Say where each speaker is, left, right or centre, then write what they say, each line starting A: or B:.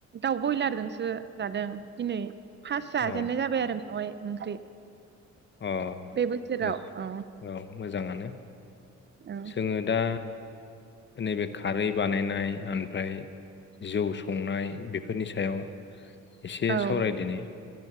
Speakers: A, on the right; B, on the left.
A: दाउ बयलारजोंसो जादों दिनै फास जाजेननाय
B: अ
A: जाबाय आरो मेवाइ ओंख्रि
B: अ <unintelligible> औ
A: बे बोसोराव
B: मोज
A: औ
B: मोजाङानो
A: औ
B: जोङो दा नैबे खारै बानायनाय ओफ्राय जौ संनाय बेफोरनि सायाव एसे
A: औ
B: सावरायदिनि